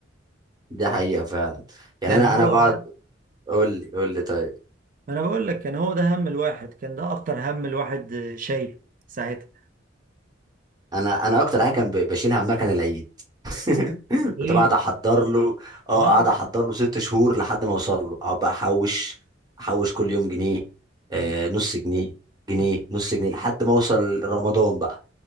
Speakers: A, on the right; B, on the right.
A: دي حقيقه فعلا يعني
B: كان
A: انا انا
B: هو
A: بقعد
B: بقى
A: قول لي قول لي طيب
B: ما انا بقول لك كان هو ده هم الواحد كان ده اكتر هم الواحد آه، شايل ساعتها
A: انا انا اكتر حاجه كان ب- بشيلها همها كان العيد <laughs>
B: ايه
A: كنت بقعد احضر له اه
B: اه
A: قاعد
B: <laughs>
A: احضر له ست شهور لحد ما اوصل له اقعد بقى احوش احوش كل يوم جنيه آه
B: أمم،
A: نص جنيه جنيه
B: أمم،
A: نص جنيه لحد ما اوصل رمضان بقى